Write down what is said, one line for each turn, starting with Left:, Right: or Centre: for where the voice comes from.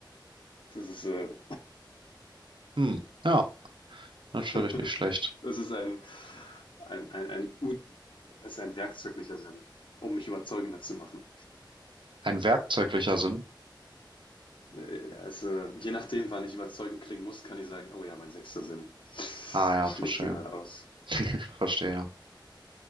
Left: Das ist, äh,
Right: Hm, ja, natürlich
Left: <laughs>
Right: nicht schlecht.
Left: das ist ein, ein, ein, ein, Ut- ist ein werkzeuglicher Sinn, um mich überzeugender zu machen.
Right: Ein werkzeuglicher Sinn.
Left: Äh, Ja, es, äh, je nachdem, wann ich überzeugend klingen muss, kann ich sagen, oh ja, mein sechster Sinn schlägt
Right: Ah ja, verstehe.
Left: dir gerade aus.
Right: Ich verstehe.